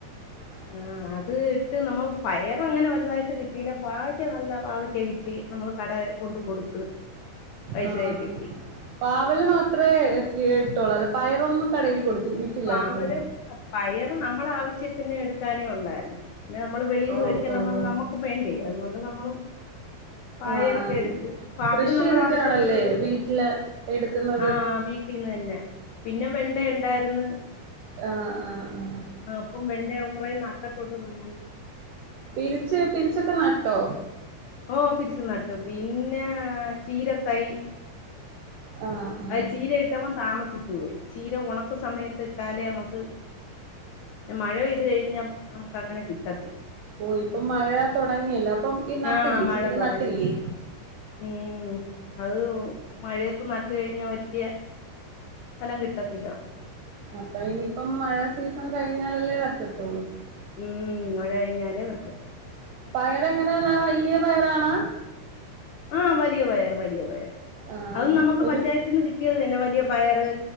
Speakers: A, on the right (about 80°); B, on the left (about 85°).
A: <inaudible>
B: ആ അത് ഇട്ട് നമ്മൾ പയറങ്ങനെ വലുതായിട്ട് കിട്ടിയില്ല, പാവയ്ക്ക നല്ല പാവക്ക കിട്ടി, നമ്മള് കട കൊണ്ട് കൊടുത്ത്, പൈസയെ
A: ആഹ്
B: കിട്ടി.
A: പാവല് മാത്രേ കേട്ടുള്ളൂ. പയറൊന്നും കടേൽ കൊടുത്ത് വിറ്റില്ലായിരുന്നോ
B: പാവലും, പയറും നമ്മളെ ആവശ്യത്തിന് എടുക്കാനേ ഒള്ളായിരുന്നു. പിന്നെ നമ്മള് വെളീന്ന്
A: ഓഹ്
B: മേടിക്കൻ <unintelligible>
A: ഓഹ്
B: നമ്മക്കും വേണ്ടേ, അതുകൊണ്ട് നമ്മള് പായറൊക്കെ
A: ആഹ് ആഹ്
B: എടുത്ത്, പാവലും
A: കൃഷി
B: നമ്മളാവശ്യത്തിന്
A: ചെയ്തിട്ടാണല്ലേ
B: എടുത്ത്,
A: വീട്ടില് എടുക്കുന്നത്
B: ആഹ് വീ ന്ന്ത്തീ തന്നെ. പിന്നെ വെണ്ട ഇണ്ടായിര്ന്ന്
A: ആഹ് ആഹ് ആഹ്
B: അപ്പം വെണ്ട കൊറേ നട്ടട്ടുണ്ട് <unintelligible>
A: പിരിച്ച് പിതിരിച്ചൊക്കെ നട്ടോ
B: ഓ പിരിച്ചു നടട്ട് പിന്നെ ചീരതൈ
A: ആ ആ
B: ആ ചീര ഇട്ടവം താമസിച്ചു പോയി ചീര ഉണക്ക സമയത്ത് ഇട്ടാലേ നമുക്ക്. പിന്നെ മഴ പെയ്ത് കഴിഞ്ഞാൽ നമുക്ക് അങ്ങനെ കിട്ടത്തില്ല.
A: ഓ ഇപ്പൊ മഴ തുടങ്ങിയല്ലോ അപ്പം ഈ നട്ടില്ലേ
B: ആഹ് മഴ
A: ചീര
B: തുടങ്ങി
A: നട്ടില്ലേ.
B: മഴ ഉം അത് മഴയത്ത് നട്ട കഴിഞ്ഞ വലിയ. ഫലം കിട്ടത്തില്ല.
A: അപ്പോ ഇനിയിപ്പം മഴ സീസൺ കഴിഞ്ഞാലല്ലേ പറ്റത്തോുള്ളൂ
B: ഉം ഒരഴിഞ്ഞാലേ പറ്റത്തോള്ളൂ
A: പയർ എങ്ങനെയന്ന വലിയ പയറാണാ.
B: ആഹ വലിയ പയറ് വലിയ പയർ
A: ആഹ്
B: അതും നമുക്ക്
A: ഒരു
B: പഞ്ചായത്തിൽ നിന്ന് കിട്ടിയത് തന്നെ വലിയ പയറ്.